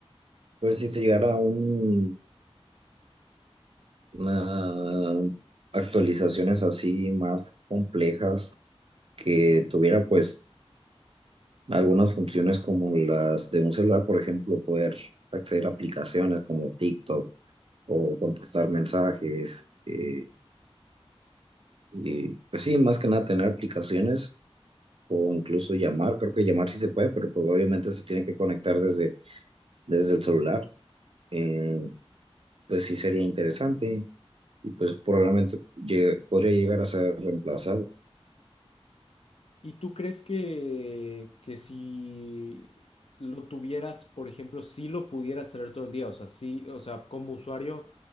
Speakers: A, on the right (about 60°); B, on the left (about 65°).
A: pues si se llegara a un, una actualizaciones así más complejas que tuviera pues Algunas funciones como las de un celular, por ejemplo, poder acceder a aplicaciones como TikTok o contestar mensajes. eh, y pues sí, más que nada tener aplicaciones o incluso llamar. Creo que llamar sí se puede, pero pues obviamente se tiene que conectar desde, desde el celular. Eh, pues sí sería interesante y pues probablemente llegue- podría llegar a ser reemplazado.
B: ¿Y tú crees que, que si lo tuvieras, por ejemplo, si lo pudieras traer todo el día? O sea, sí, o sea, como usuario,